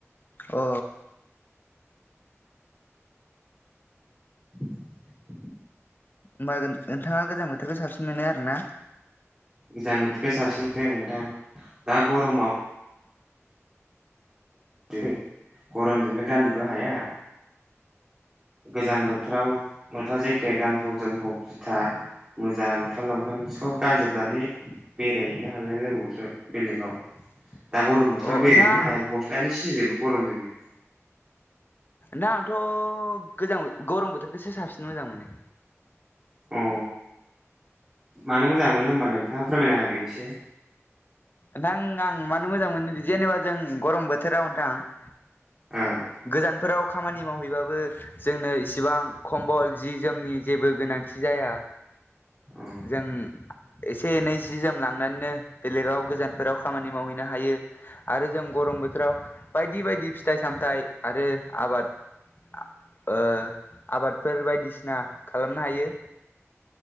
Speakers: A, on the left; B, on the right.
A: अ।
B: <inaudible>
A: होमबा गोन नोंथाङा गोजां बोथोरखो साबसिन मोनो आरो ना।
B: गोजां बोथोरखो साबसिन मोनो नोंथां दा गरमाव <unintelligible> गरमजोंनो गाननोबो हाया। गोजां बोथोराव जनता जेकेत गानफब जोमफब जुथा मुजा गस्ला लंफेन सब गानजोबनानै बेरायहैनो हालाय लायबावोसो बेलेगाव।
A: <inaudible>
B: दा गरम बोथोराव
A: अ
B: बेरायनोनो
A: नोंथाङा
B: हाया गस्लायानो सिजोबो गरमजोंनो।
A: दा आंथ' गोजां गरम बोथोरखोसो साबसिन मोजां मोनो।
B: अ मानो मोजां मोनो होमबा नोंथाङा फोरमायना होदो एसे।
A: नोंथां आं मानो मोजां मोनो जेनेबा जों गरम बोथोराव नोंथां
B: ओम।
A: गोजानफोराव खामानि मावहैबाबो जोंनो इसिबां खमबल जि जोमनि जेबो गोनांथि जाया।
B: अ
A: जों एसे एनै सि जोम लांनानैनो बेलेगाव गोजानफोराव खामानि मावहैनो हायो। आरो जों गरम बोथोराव बायदि बायदि फिथाइ सामथाइ आरो आबाद आ ओ आबादफोर बायदिसिना खालामनो हायो।